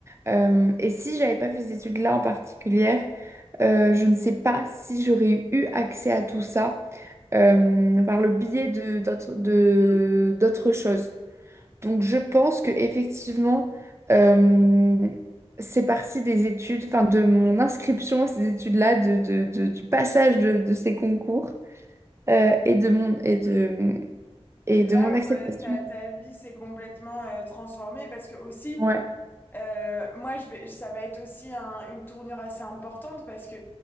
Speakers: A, on the right; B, on the left.
A: Euh, et si j'avais pas fait ces études-là en particulier, euh, je ne sais pas si j'aurais eu accès à tout ça euh, par le biais de d'autres de- d'autres choses. Donc je pense que effectivement euh, c'est parti des études, enfin de mon inscription à ces études-là, de, de- de- du passage de, de ces concours euh, et de mon et de et
B: c'est
A: de
B: là
A: mon acceptation.
B: où euh, ta, ta vie s'est complètement euh, transformée parce que aussi.
A: Ouais,
B: Euh, moi, je vais, ça va être aussi un- une tournure assez importante parce que